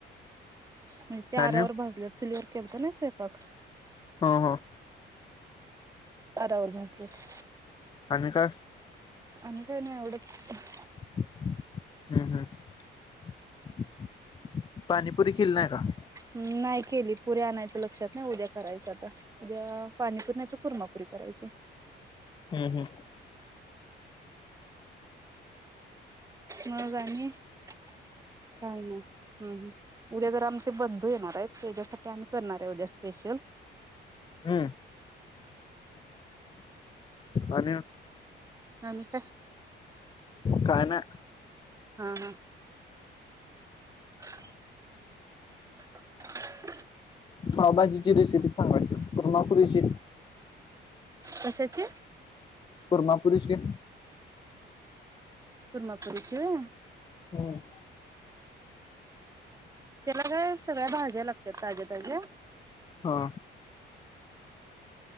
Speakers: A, on the right; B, on the left.
A: म्हणजे ते आरावर
B: आणि
A: भाजल्या चुलीवर केलेतं ना स्वयंपाक.
B: हां हां.
A: आरावरभाजलेत.
B: आणि काय?
A: आणि काय नाय एवढच.
B: हम्म हम्म. पाणीपुरी केली नाय का?
A: ह् नाही केली पुरी आणायचं लक्षात नाही उद्या करायचं आता. उद्या पाणीपुर नाही तर कुर्मापुरी करायची.
B: हम्म हम्.
A: मग आणी काय नाय. ह उद्या जर आमचे बंधू येणार आहेत, त्याच्यासाठी आम्ही करणार आहे उद्या स्पेशल.
B: हम्म आणि
A: आणि काय?
B: काय नाय.
A: हा हा. <inaudible>
B: पावभजीची रेसिपी सांगा तर कुर्मा पुरीची
A: कशाची.
B: कुर्मा पुरेशी.
A: कुर्मापूरीची होय.
B: हम्म.
A: त्याला काय सगळ्या भाज्या लागत्यात ताज्या ताज्या.
B: हा.